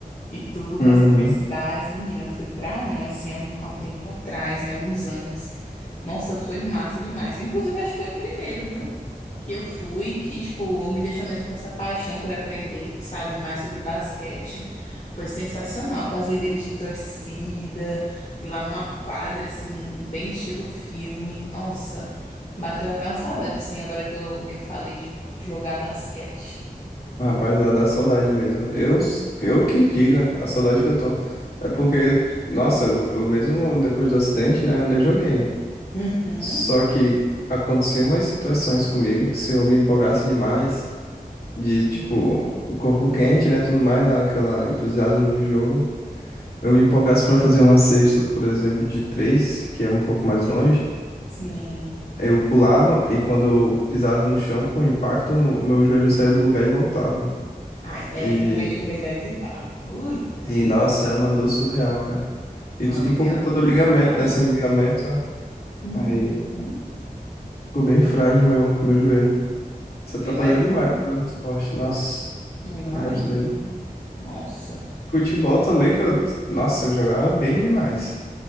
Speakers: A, on the left; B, on the left.
A: E tudo
B: Uhum.
A: nas universidades, menina, eu fui pra um, assim, há um, há um tempo atrás, né, alguns anos. Nossa, foi massa demais. Inclusive, acho que foi o primeiro, viu? Que eu fui, que, tipo, me deixou mesmo com essa paixão por aprender, sabe, mais sobre basquete. Foi sensacional, com as líderes de torcida, e lá numa quadra, assim, bem estilo filme. Nossa, bateu até uma saudade, assim, agora que eu, que eu falei de, de jogar basquete.
B: Rapaz, dá, dá saudade mesmo. Eu, eu que diga a saudade que eu tô. É porque, nossa, eu, eu mesmo depois do acidente, né, eu ainda joguei.
A: Uhum.
B: Só que aconteciam umas situações comigo que se eu me empolgasse demais, de tipo,
A: Sim.
B: o corpo quente, né, tudo mais, naquela entusiasmo do jogo, eu me empolgasse pra fazer uma cesta, por exemplo, de três, que é um pouco mais longe.
A: Sim.
B: Eu pulava e quando eu pisava no chão com impacto, o meu joelho saía do lugar e voltava.
A: Ai, é,
B: E,
A: realmente é melhor evitar. Ui,
B: e nossa, é uma dor surreal, cara. E
A: não,
B: tudo
A: eu
B: por conta do ligamento,
A: imagino.
B: né? Sem o ligamento,
A: Uhum.
B: aí ficou bem frágil meu, meu joelho. Isso atrapalhou
A: É, mas
B: demais
A: aí,
B: o meu esporte. Nossa,
A: eu imagino.
B: eu gosto dele.
A: Nossa.
B: Futebol também, que eu. Nossa, eu jogava bem demais.